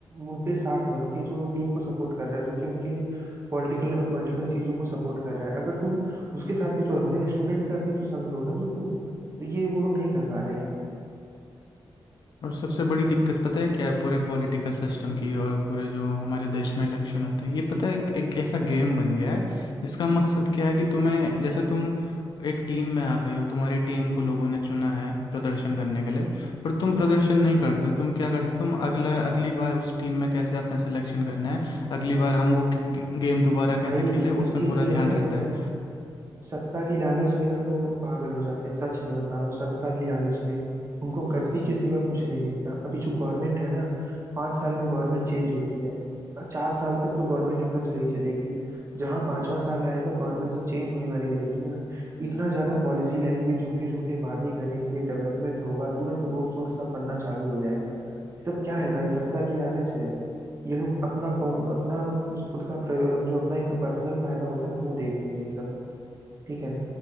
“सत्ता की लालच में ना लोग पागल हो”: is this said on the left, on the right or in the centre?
Right